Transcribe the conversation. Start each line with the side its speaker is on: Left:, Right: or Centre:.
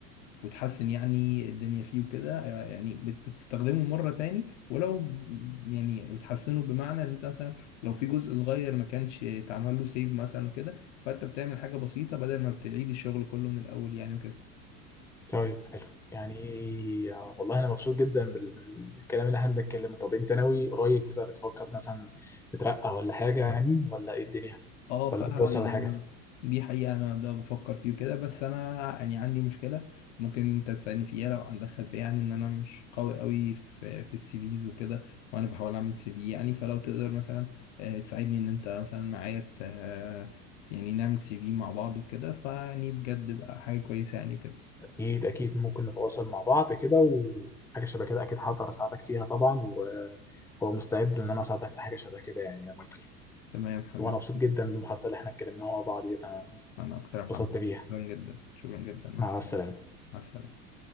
Left: وتحسن يعني الدنيا فيه وكده آه، يعني بت- بتستخدمه مره تاني ولو يعني بتحسنه بمعنى ان انت مثلا لو في جزء صغير ما كانش اتعمل له سيف مثلا كده فانت بتعمل حاجه بسيطه بدل ما بتعيد الشغل كله من الاول يعني وكده
Centre: طيب حلو يعني والله انا مبسوط جدا بال- بال- بالكلام اللي احنا بنتكلمه طب انت ناوي قريب كده بتفكر مثلا تترقى ولا حاجه يعني ولا ايه الدنيا
Left: اه فعلا
Centre: ولا بتبص على حاجه
Left: أنا- دي حقيقة انا ده بفكر فيه كده بس انا يعني عندي مشكلة ممكن انت تساعدني فيها لو عندك خلفية يعني ان انا مش قوي قوي في في السي فيز وكده وانا بحاول اعمل سي في يعني فلو تقدر مثلا آه، تساعدني ان انت مثلا معايا ت- آه، يعني نعمل سي في مع بعض وكده فيعني بجد بقى حاجة كويسة يعني كده
Centre: اكيد اكيد ممكن نتواصل مع بعض كده وحاجه شبه كده اكيد هقدر اساعدك فيها طبعا ومستعد ان انا اساعدك في حاجه شبه كده يعني يا مايكل
Left: تمام حبيبي
Centre: وانا مبسوط جدا بالمحادثه اللي احنا اتكلمناها مع بعض ديت انا
Left: انا اكتر يا محمد
Centre: اتبسطت بيها
Left: شكرا جدا شكرا جدا مع
Centre: مع
Left: السلامة
Centre: السلامه
Left: مع السلامة